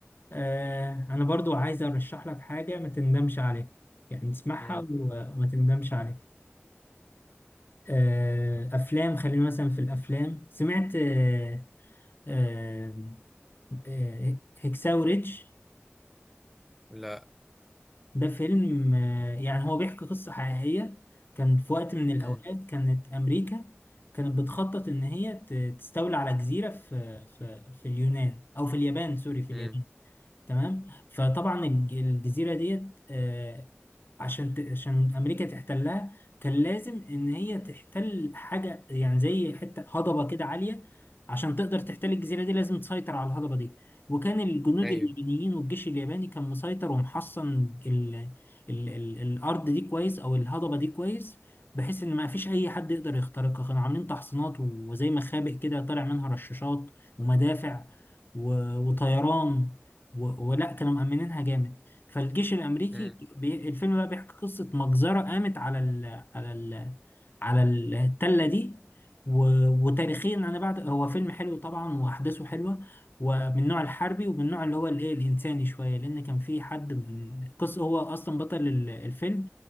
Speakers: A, on the left; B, in the centre.
A: آه انا برضو عايز ارشح لك حاجة ما تندمش عليها يعني تسمعها
B: مم.
A: وما تندمش عليها آه افلام خلينا مثلا في الافلام سمعت آه آه آه هكساو ريتش
B: لا
A: ده فيلم آه، يعني هو بيحكي قصة حقيقية كان في وقت من الأوقات
B: مم.
A: كانت أمريكا كانت بتخطط إن هي ت- تستولي على جزيرة في في في اليونان أو في اليابان سوري في
B: مم.
A: اليابان تمام فطبعا الج- الجزيرة ديت آه، عشان ت- عشان أمريكا تحتلها كان لازم إن هي تحتل حاجة يعني زي حتة هضبة كده عالية عشان تقدر تحتل الجزيرة دي لازم تسيطر على الهضبة دي وكان الجنود
B: أيوه
A: اليابانيين والجيش الياباني كان مسيطر ومحصن ال ال ال الأرض دي كويس أو الهضبة دي كويس بحيث إن ما فيش أي حد يقدر يخترقها كانوا عاملين تحصينات وزي مخابئ كده طالع منها رشاشات ومدافع و- وطيران و- ولا كانوا مأمنينها جامد فالجيش الأمريكي
B: مم.
A: بي... الفيلم بقى بيحكي قصة مجزرة قامت على ال... على ال... على التلة دي و... وتاريخيا أنا بعد هو فيلم حلو طبعا وأحداثه حلوة ومن النوع الحربي ومن النوع اللي هو الإيه الإنساني شوية لأن كان في حد من قصة هو أصلا بطل ال- الفيلم